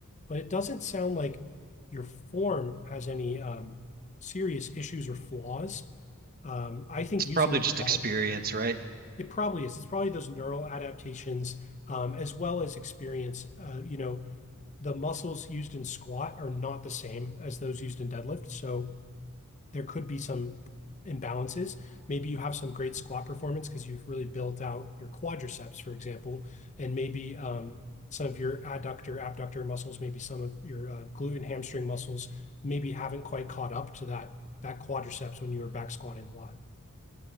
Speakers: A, on the left (about 30°); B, on the right (about 40°).
A: But it doesn't sound like your form has any um, serious issues or flaws. um, I think
B: It's probably
A: using a
B: just
A: belt,
B: experience, right?
A: it probably is. It's probably those neural adaptations um, as well as experience. Uh, You know, The muscles used in squat are not the same as those used in deadlift. So there could be some imbalances. Maybe you have some great squat performance because you've really built out your quadriceps, for example, and maybe um, some of your adductor, abductor muscles, maybe some of your uh, glute and hamstring muscles maybe haven't quite caught up to that that quadriceps when you were back squatting a lot.